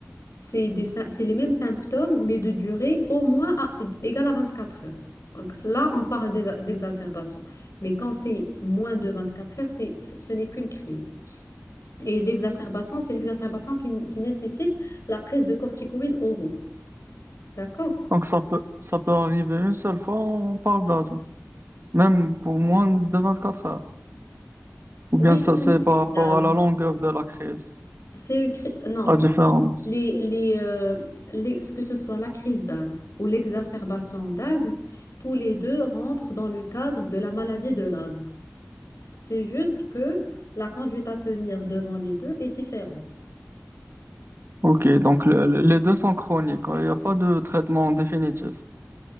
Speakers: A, on the left; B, on the right.
A: C'est des sy- c'est les mêmes symptômes, mais de durée au moins à- égale à 24 heures. Donc là, on parle d'exa- d'exacerbation. Mais quand c'est moins de 24 heures, c'est, ce ce n'est qu'une crise. Et l'exacerbation, c'est l'exacerbation qui, qui nécessite la prise de corticoïdes oraux. D'accord?
B: Donc ça peut, ça peut arriver une seule fois, on parle d'asthme, même pour moins de vingt-quatre heures. Ou
A: Oui,
B: bien ça
A: c'est
B: c'est
A: une crise
B: par rapport
A: d'asthme.
B: à la longueur de la crise,
A: C'est une cri- Non,
B: la différence.
A: les, les, euh, les- que ce soit la crise d'asthme ou l'exacerbation d'asthme, tous les deux rentrent dans le cadre de la maladie de l'asthme. C'est juste que la conduite à tenir devant les deux est différente.
B: Ok, donc le- le- les deux sont chroniques, hein, il n'y a pas de traitement définitif.